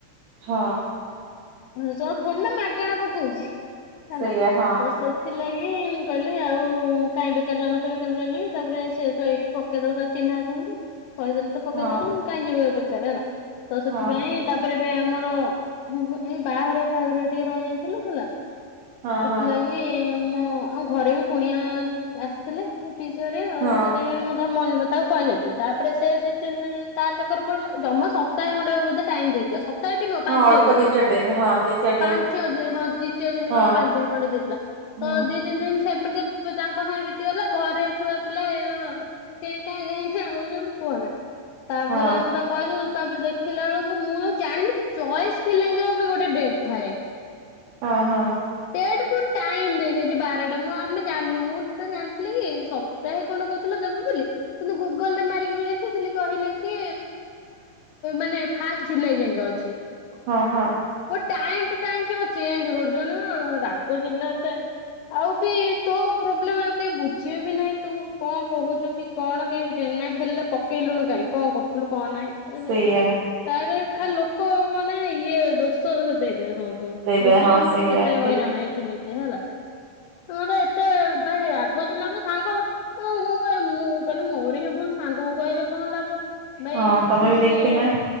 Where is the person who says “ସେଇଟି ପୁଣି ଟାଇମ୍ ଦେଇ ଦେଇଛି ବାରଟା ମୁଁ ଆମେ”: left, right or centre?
Left